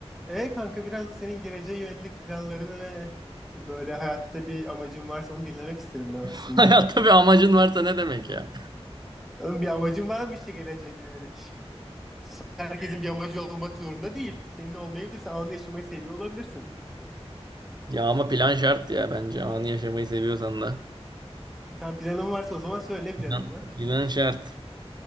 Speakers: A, in the centre; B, on the right.
A: E kanka biraz da senin geleceğe yönelik planlarını ve böyle hayatta bir amacın varsa onu dinlemek isterim ben aslında.
B: <laughs> Hayatta bir amacın varsa ne demek ya?
A: Oğlum bir amacın var mı işte geleceğe yönelik? Herkesin bir amacı olmak zorunda değil. Senin de olmayabilirse anı yaşamayı seviyor olabilirsin.
B: Ya ama plan şart ya bence anı yaşamayı seviyorsan da.
A: Tamam planın varsa o zaman söyle ne planın
B: Plan,
A: var?
B: plan şart.